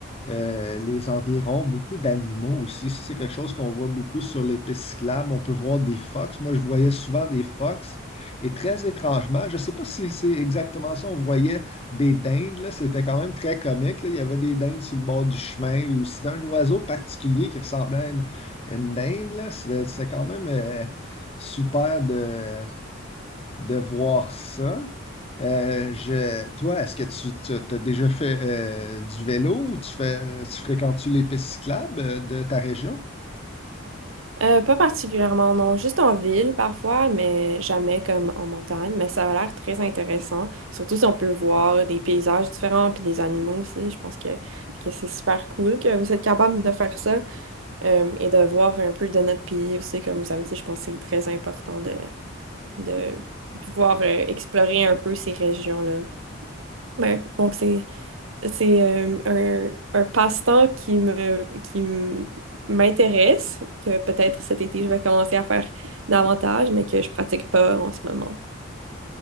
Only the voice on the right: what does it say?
Euh, pas particulièrement, non. Juste en ville parfois, mais jamais comme en montagne. Mais ça a l'air très intéressant. Surtout si on peut voir des paysages différents puis des animaux aussi. Je pense que, que c'est super cool que vous êtes capable de faire ça euh, et de voir un peu de notre pays aussi. Comme vous avez dit, je pense que c'est très important de, de pouvoir euh, explorer un peu ces régions-là. Ouais, donc c'est C'est euh, un, un passe-temps qui me, qui m- m'intéresse, que peut-être cet été je vais commencer à faire davantage, mais que je pratique pas en ce moment.